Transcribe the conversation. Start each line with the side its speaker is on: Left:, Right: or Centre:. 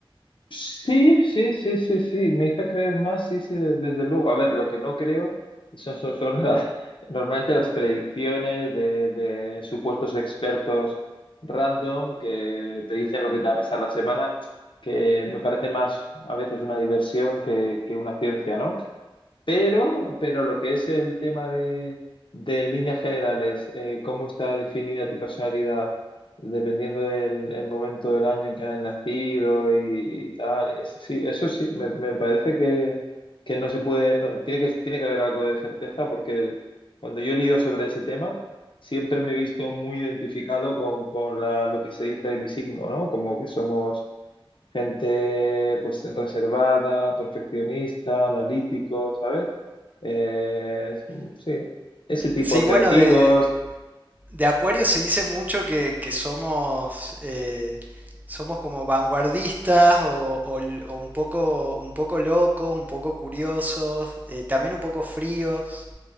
Left: Sí, sí, sí, sí, sí, me hizo creer más, sí, sí, de- desde luego. A ver, lo que no creo son, son, son las- normalmente las predicciones de, de supuestos expertos random que te dicen lo que te va a pasar la semana, que me parece más a veces una diversión que, que una ciencia, ¿no? Pero, pero lo que es el tema de, de en líneas generales, eh, cómo está definida tu personalidad dependiendo del el momento del año en que hayas nacido y, y tal, y eso sí, eso sí, me, me parece que, que no se puede, no- tiene que, tiene que haber algo de certeza porque cuando yo he leído sobre ese tema, siempre me he visto muy identificado con, con la- lo que se dice de mi signo, ¿no? Como que somos gente pues reservada, perfeccionista, analítico, ¿sabes? Eh, es- sí, ese tipo
Right: Sí,
Left: de
Right: bueno,
Left: creativos,
Right: de, de Acuario se dice mucho que, que somos, eh, somos como vanguardistas o, o o un poco, un poco locos, un poco curiosos, eh, también un poco fríos.